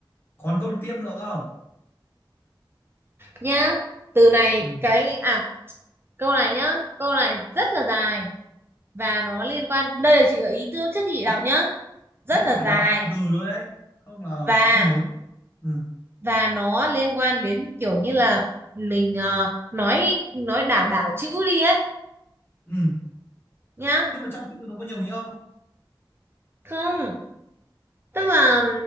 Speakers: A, on the left; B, on the right.
A: còn câu tiếp nữa không?
B: nhá từ này
A: Ừ.
B: cái à câu này nhá câu này rất là dài và nó liên quan đây là chị gợi ý trước trước khi chị đọc
A: Nhưng,
B: nhá rất
A: nhưng
B: là
A: mà phải
B: dài
A: đọc từ từ thôi đấy. Không là
B: và
A: không nhớ. Ừ.
B: và nó liên quan đến kiểu như là mình ờ, nói nói đảo đảo chữ đi ấy
A: Ừ.
B: nhá
A: Nhưng mà trong chữ nó có nhiều nghĩa không?
B: không tức là